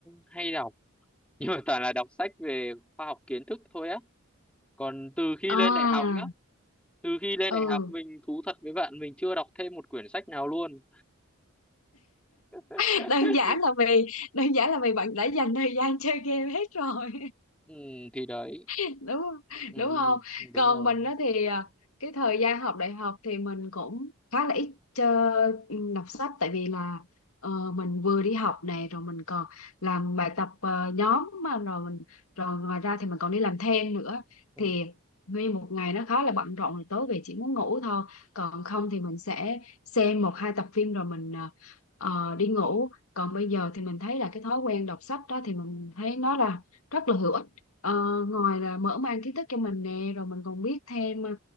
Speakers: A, in the centre; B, on the left.
A: hay đọc <laughs> nhưng mà toàn là đọc sách về khoa học kiến thức thôi á còn từ khi
B: à
A: lên đại học nhá từ khi lên
B: ừ
A: đại học mình thú thật với bạn mình chưa đọc thêm một quyển sách nào luôn <laughs>
B: <laughs> đơn giản là vì đơn giản là vì bạn đã dành thời gian chơi game hết rồi
A: ừ, thì đấy
B: <laughs> đúng
A: ừ,
B: đúng không
A: đúng
B: còn
A: rồi
B: mình đó thì à, cái thời gian học đại học thì mình cũng khá là ít chơi ừ, đọc sách tại vì là ờ, mình vừa đi học này rồi mình còn làm bài tập ờ, nhóm mà rồi mình rồi ngoài ra thì mình còn đi làm thêm nữa
A: ừ,
B: thì nguyên một ngày nó khá là bận rộn rồi tối về chỉ muốn ngủ thôi còn không thì mình sẽ xem một hai tập phim rồi mình ờ, ờ, đi ngủ còn bây giờ thì mình thấy là cái thói quen đọc sách đó thì mình thấy nó là rất là hữu Ờ, ngoài là mở mang kiến thức cho mình nè rồi mình còn biết thêm ờ,